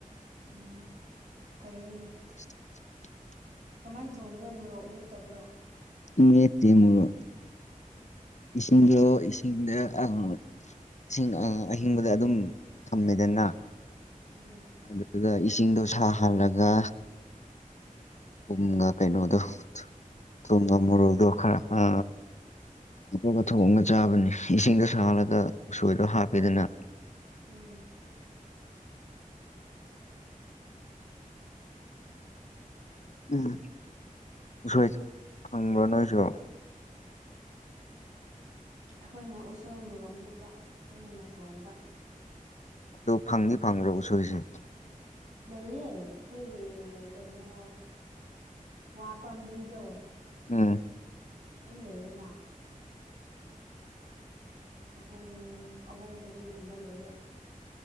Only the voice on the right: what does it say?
ꯎꯝ ꯐꯩꯅꯦ
ꯀꯃꯥꯏꯅ ꯊꯣꯡꯕ꯭ꯔꯣ ꯃꯣꯔꯣꯛ ꯃꯤꯇꯕ꯭ꯔꯣ
ꯎꯝ
ꯎꯝ
ꯎꯝ
ꯑꯩꯈꯣꯏꯅ ꯎꯁꯣꯏ ꯃꯣꯔꯣꯛ ꯃꯦꯠꯄ ꯅꯣꯏꯅ ꯊꯣꯡꯕ
ꯂꯩꯌꯦ ꯑꯩꯈꯣꯏꯒꯤ ꯀꯩꯅꯣ ꯋꯥ ꯄꯥꯝꯕꯤꯗꯣ
ꯑꯗꯨꯝ ꯂꯩꯌꯦꯅ ꯑꯍꯨꯝ ꯑꯍꯨꯝ ꯃꯔꯤꯒꯨꯝꯕ ꯂꯩꯌꯦ